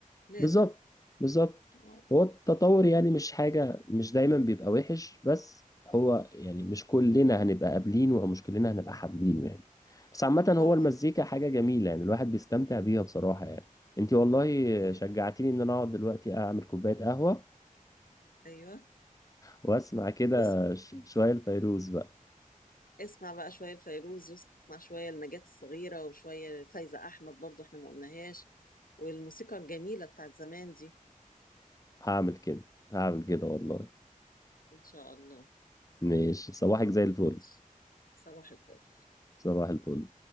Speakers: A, on the left (about 80°); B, on the left (about 25°).
A: لازم
B: بالظبط بالظبط
A: آه.
B: هو التطور يعني مش حاجة مش دايما بيبقى وحش بس هو يعني مش كلنا هنبقى قابلينه او مش كلنا هنبقى حابينه يعني بس عامة
A: طبعا
B: هو المزيكا حاجة جميلة يعني الواحد بيستمتع بيها بصراحة يعني انتي والله
A: آه.
B: شجعتيني ان انا اقعد دلوقتي اعمل كوباية قهوة
A: ايوه
B: واسمع كده
A: واسم
B: ش- شوية الفيروز بقى
A: اسمع بقى شوية لفيروز واسمع شوية لنجاة الصغيرة وشوية لفايزة أحمد برضو احنا ما قلناهاش والموسيقى الجميلة بتاعت زمان دي
B: هعمل كده هعمل كده والله
A: إن شاء الله
B: ماشي صباحك زي الفل
A: ماشي صباح الفل
B: صباح الفل